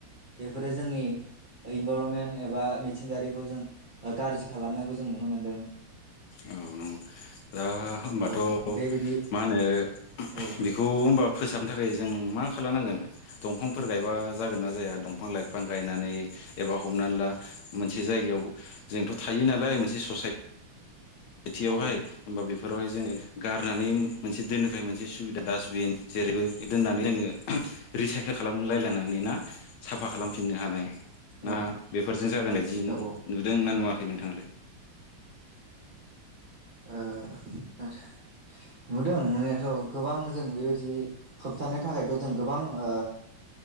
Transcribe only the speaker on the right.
बेफोरो जोंनि इनभारनमेन्ट एबा मिथिंगायारिखौ जों गाज्रि खालामनायखौ जों नुनो मोनदों।
औ बेबायदि
औ
औ
औ
औ ओ
ओ <unintelligible> नुदों नुनायाथ' गोबां जों बेबायदि होबथानो थाखायथ' जों गोबां ओ